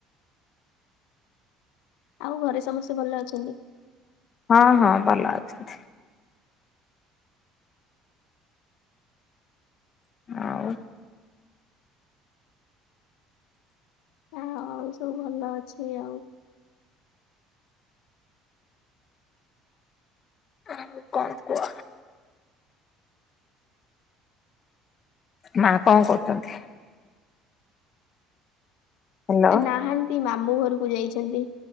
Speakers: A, on the left; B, on the left.
A: ଆଉ ଘରେ ସମସ୍ତେ ଭଲ ଅଛନ୍ତି?
B: ହଁ ହଁ ଭଲ ଅଛନ୍ତି। ଆଉ
A: ଆଉ ସବୁ ଭଲ ଅଛି ଆଉ।
B: ଆଉ କଣ କୁହ? ମା କଣ କରୁଛନ୍ତି? ହ୍ୟାଲୋ
A: ନାହାନ୍ତି ମାମୁଁ ଘରକୁ ଯାଇଛନ୍ତି।